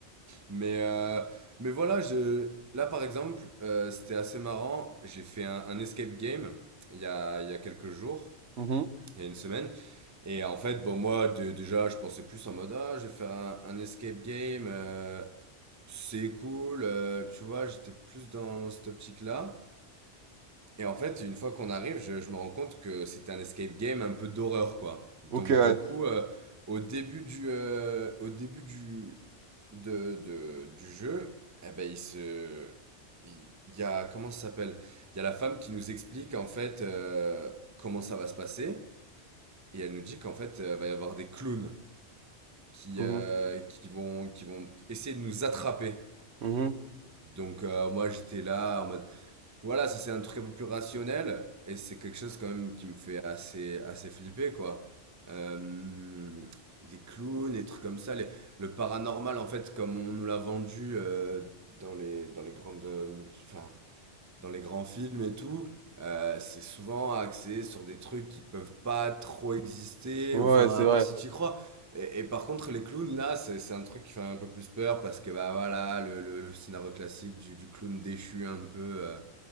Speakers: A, on the right (about 20°); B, on the right (about 70°).
A: Mais, euh, mais voilà, je, là, par exemple, euh, c'était assez marrant. J'ai fait un, un escape game il y a, il y a quelques jours,
B: Mhm.
A: il y a une semaine. Et en fait, bon, moi, de- déjà, je pensais plus en mode, ah, je vais faire un, un escape game. euh, C'est cool, euh, tu vois, j'étais plus dans, dans cette optique-là. Et en fait, une fois qu'on arrive, je, je me rends compte que c'était un escape game un peu d'horreur, quoi. Donc
B: Ok, ouais.
A: du coup, euh, au début du, euh, au début du, de, de- du jeu, eh ben, il se, il, il y a, comment ça s'appelle? Il y a la femme qui nous explique, en fait, euh, comment ça va se passer. Et elle nous dit qu'en fait, euh, va y avoir des clowns qui,
B: Mhm.
A: euh, qui vont, qui vont essayer de nous attraper.
B: Mhm.
A: Donc euh, moi j'étais là en mode voilà ça c'est un truc un peu plus rationnel et c'est quelque chose quand même qui me fait assez assez flipper quoi. Euh, les clowns, les trucs comme ça, les, le paranormal en fait comme on nous l'a vendu euh, dans les dans les grandes euh, multi- enfin dans les grands films et tout, euh, c'est souvent axé sur des trucs qui peuvent pas trop exister,
B: Ouais,
A: ou enfin,
B: c'est
A: à
B: vrai.
A: part si tu y crois. Et, et par contre, les clowns, là, c'est c'est un truc qui fait un peu plus peur parce que, bah voilà, le, le, le scénario classique du, du clown déchu un peu, euh,